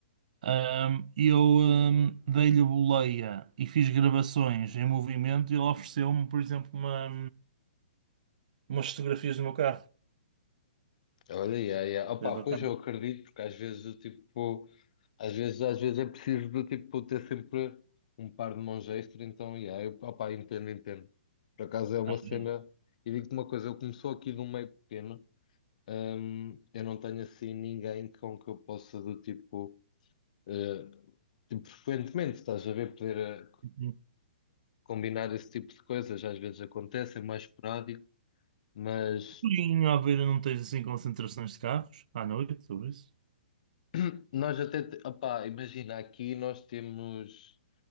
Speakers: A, on the right; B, on the left.
A: ahm, eu ahm, dei-lhe a boleia e fiz gravações em movimento e ele ofereceu-me, por exemplo, uma, umas fotografias do meu carro.
B: Olha, yeah, yeah. Opa,
A: Exatamente.
B: pois eu acredito, porque às vezes eu, tipo, às vezes, às vezes é preciso do tipo ter sempre um par de mãos extra, então yeah, eu, opa, entendo, entendo. Por acaso é uma
A: Às
B: cena,
A: vezes
B: e digo-te uma coisa, eu começou aqui de um meio pequeno, hum, eu não tenho assim ninguém com que eu possa do tipo, eh, tipo, frequentemente, estás a ver, poder eh,
A: um
B: combinar esse tipo de coisas, às vezes acontece, é mais esporádico, mas
A: pouquinho, à beira não tens assim concentrações de carros à noite, tudo isso.
B: <clears throat> nós até, te- opá, imagina, aqui nós temos.